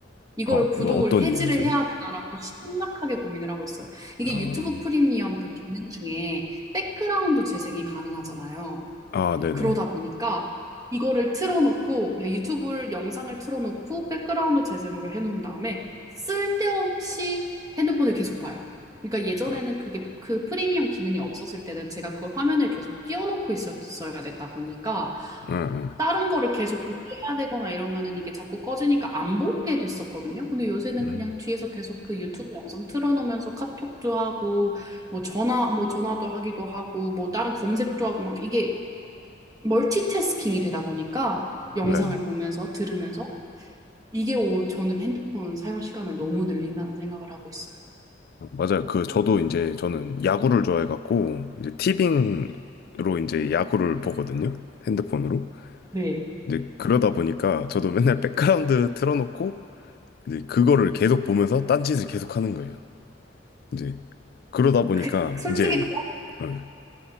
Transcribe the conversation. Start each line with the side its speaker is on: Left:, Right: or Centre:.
Right: 이걸
Left: 어, 뭐
Right: 구독을
Left: 어떤
Right: 해지를
Left: 이유에서요?
Right: 해야 되나라고 심각하게 고민을 하고 있어요. 이게
Left: 아,
Right: 유튜브 프리미엄 그 기능 중에 백그라운드 재생이 가능하잖아요.
Left: 아, 네네.
Right: 그러다 보니까 이거를 틀어놓고 그냥 유튜브 영상을 틀어놓고 백그라운드 재생으로 해놓은 다음에 쓸데없이 핸드폰을 계속 봐요. 그러니까 예전에는
Left: 아,
Right: 그게 그 프리미엄 기능이 없었을 때는 제가 그걸 화면을 계속 띄워놓고 있었어야 됐다 보니까
Left: 응, 응.
Right: 다른 거를 계속 동시에 해야 되거나 이러면은 이게 자꾸 꺼지니까 안 보게 됐었거든요. 근데 요새는
Left: 음,
Right: 그냥 뒤에서 계속 그 유튜브 영상 틀어놓으면서 카톡도 하고 뭐 전화 뭐 전화도 하기도 하고 뭐 다른 검색도 하고 막 이게 멀티태스킹이 되다 보니까 영상을
Left: 네.
Right: 보면서 들으면서 이게 오, 저는 핸드폰 사용 시간을 너무 늘린다는 생각을 하고 있어요.
Left: 어, 맞아요. 그, 저도 이제 저는 야구를 좋아해갖고, 이제 티빙으로 이제 야구를 보거든요. 핸드폰으로.
Right: 네.
Left: 이제 그러다 보니까 저도 맨날 백그라운드 틀어놓고, 이제 그거를 계속 보면서 딴짓을 계속 하는 거예요. 이제 그러다 보니까
Right: 그, 솔직히
Left: 이제, 응,